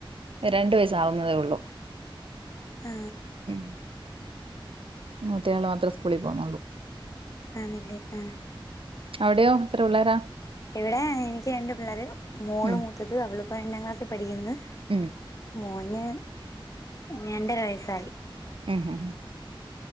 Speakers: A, on the right (about 75°); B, on the left (about 35°).
A: രണ്ട് വയസാവുന്നതേ ഉള്ളൂ.
B: ആ
A: ഉം മൂത്തയാള് മാത്രേ സ്കൂളിൽ പോവുന്നുള്ളൂ.
B: ആന്നല്ലേ ആ.
A: അവിടെയോ എത്ര പിള്ളേരാ?
B: ഇവിടെ... എനിക്ക് രണ്ട് പിള്ളാര്, മോള്
A: ഉം
B: മൂത്തത് അവളിപ്പോ രണ്ടാം ക്ലാസ്സിൽ പഠിക്കുന്ന്.
A: <unintelligible>
B: മോന് രണ്ടര വയസ്സായി.
A: ഉ ഹും.